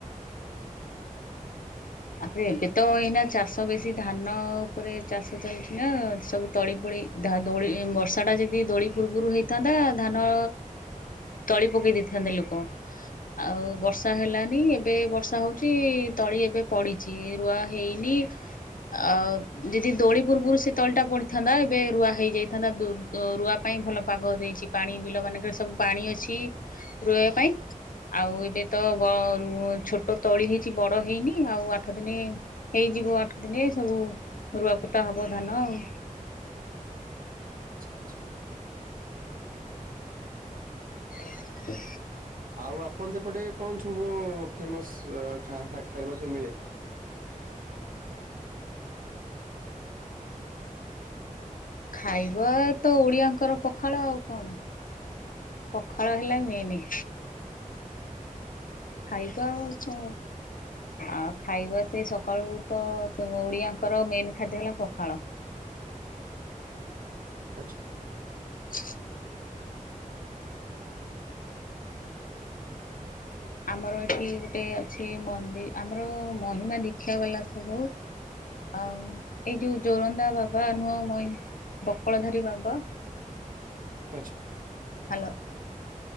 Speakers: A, on the left; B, on the right.
A: ଆପରେ ଏବେ ତ ଏଇନା ଚାଷ ବେଶୀ ଧାନ ଉପରେ ଚାଷ ଚାଲିଛି ନା ସବୁ ତଳି ଫଳି ଧା ଦୋଳି ବର୍ଷାଟା ଯଦି ଦୋଳି ପୂର୍ବରୁ ହେଇଥାନ୍ତା ଧାନ ତଳି ପକେଇ ଦେଇଥାନ୍ତେ ଲୋକ। ଆଉ ବର୍ଷା ହେଲାନି ଏବେ ବର୍ଷା ହଉଛି ତଳି ଏବେ ପଡ଼ିଛି ରୁଆ ହେଇନି ଆଉ ଯଦି ଦୋଳି ପୂର୍ବରୁ ସେ ତଳିଟା ପଡିଥାନ୍ତା ଏବେ ରୁଆ ହେଇଯାଇଥାନ୍ତା ରୁଆ ପାଇଁ ଭଲ ପାଗ ଦେଇଛି। ପାଣି ବିଲ ମାନଙ୍କରେ ସବୁ ପାଣି ଅଛି ରୋଇବା ପାଇଁ। ଆଉ ଏବେ ତ ବ ରୁ ଛୋଟ ତଳି ହେଇଛି ବଡ ହେଇନି? ଆଉ ଆଠ ଦିନେ, ହେଇଯିବ ଆଠ ଦିନେ ସବୁ ରୁଆପୋତା ହବ ଧାନ ଆଉ।
B: ଆଛା ଆଚ୍ଛା।
A: ହୁଁ
B: ଆଉ ଆପଣ ସେପଟେ କଣ ସବୁ ଫେମସ ଖା ଖାଇବା ସବୁ ମିଳେ?
A: ଖାଇବା ତ ଓଡିଆଙ୍କର ପଖାଳ ଆଉ କଣ? ପଖାଳ ହେଲା ମେନ। ଖାଇବା ଆଉ କଣ? ଆଉ ଖାଇବା ସେ ସକାଳୁ ତ ଓଡ଼ିଆଙ୍କର ମେନ୍ ଖାଦ୍ୟ ହେଲା ପଖାଳ।
B: ଆଚ୍ଛା
A: ହ ଆମର ଏଠି ଗୋଟେ ଅଛି ମନ୍ଦି ଆମର ମହିମା ଦୀକ୍ଷା ବାଲା ସବୁ। ଆଉ, ଏଇ ଯୋଉ ଜୋରନ୍ଦା ବାବା ନୁହଁ ମହିମା, ବକଳଧାରୀ ବାବା।
B: ଆଚ୍ଛା
A: ହ୍ୟାଲୋ।